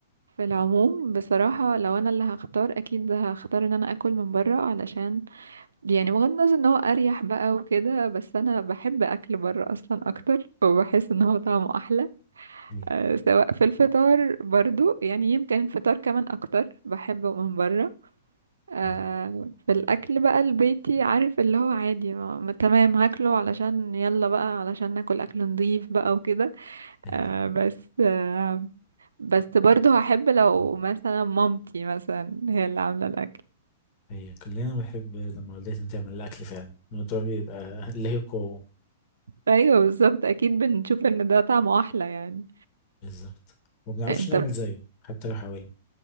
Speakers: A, on the right; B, on the left.
A: في العموم بصراحة لو انا اللي هختار اكيد هختار ان انا اكل من برا علشان يعني بغض النظر ان هو اريح بقى وكده بس انا بحب اكل برا اصلا اكتر وبحس ان هو طعمه احلى
B: ايوه
A: أه سواء في الفطار برضو يعني يمكن الفطار كمان اكتر بحبه من برا أه
B: اه
A: في الاكل بقى البيتي عارف اللي هو عادي ما ما- تمام هاكله علشان يلا بقى علشان ناكل اكل نضيف بقى وكده
B: ايوه
A: آه، بس آه، بس برضه هحب لو مثلا مامتي مثلا هي اللي عاملة الأكل
B: ايوه كلنا بنحب لما والدتنا تعمل الأكل فعلا الموضوع بيبقى له قوة
A: أيوة بالظبط أكيد بنشوف إن ده طعمه أحلى يعني
B: بالظبط ومبنعرفش
A: أنت
B: نعمل زيه حتى لو حاولنا